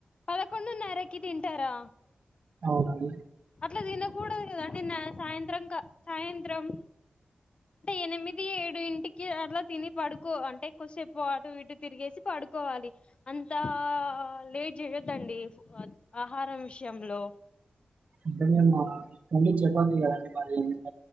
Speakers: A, on the left; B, on the right.
A: పదకొండున్నరకి తింటరా
B: అవునండి
A: అట్లా తినకూడదు కదాండి నా సాయంత్రం సాయంత్రం ఎనిమిది ఏడు ఇంటికి కి అట్లా తిని పడుకో అంటే కొసేపు అటు ఇటు తిరిగేసి పడుకోవాలి అంతా లేట్ చేయొద్దండి ఆహారం విషయంలో
B: అంటే మేము కొన్ని చపాతి కదండి మరింత